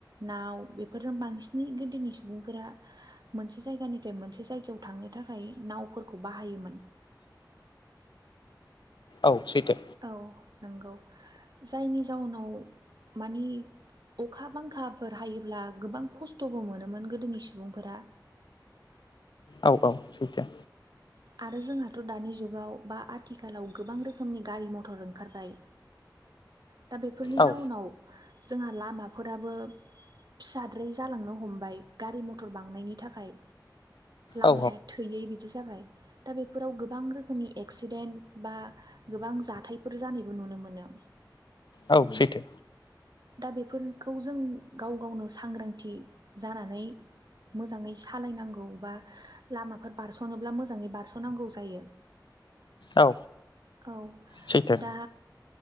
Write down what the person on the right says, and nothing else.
ना व बेफोरजों बांसिनै गोदोनि सुबुंफोरा मोनसे जायगानिफ्राय मोनसे जायगायाव थांनो थाखाय नावफोरखौ बाहायोमोन
औ नंगौ जायनि जाउनाव मानि अखा बांखाफोर हायोब्ला गोबां खस्थ'बो मोनोमोन गोदोनि सुबुंफोरा
आरो जोंहाथ' दानि जुगाव बा आथिखालाव गोबां रोखोमनि गारि मथर ओंखारबाय दा बेफोरनि
जाउनाव जोंहा लामाफोराबो फिसाद्राय जालांनो हमबाय गारि मथर बांनायनि थाखाय लामाया
दि जाबाय दा बेफोराव गोबां रोखोमनि एक्सिडेन बा गोबां जाथायफोर बेबो नुनो मोनो
दा बेफोरखौ जों गाव गावनो सांग्रांथि जानानै मोजाङै सालायनांगौ बा लामाफोर बारस'नोब्ला मोजाङै बारस'नांगौ जायो
औ
दा